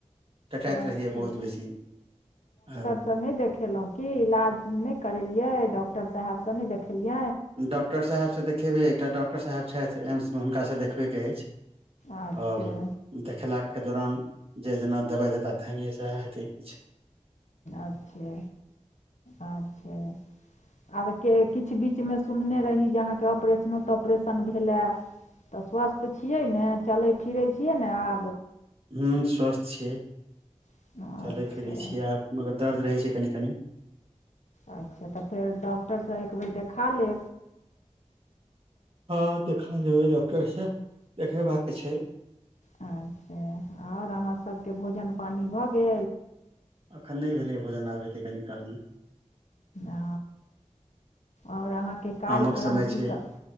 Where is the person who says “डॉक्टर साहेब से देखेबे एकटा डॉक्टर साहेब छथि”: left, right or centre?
Right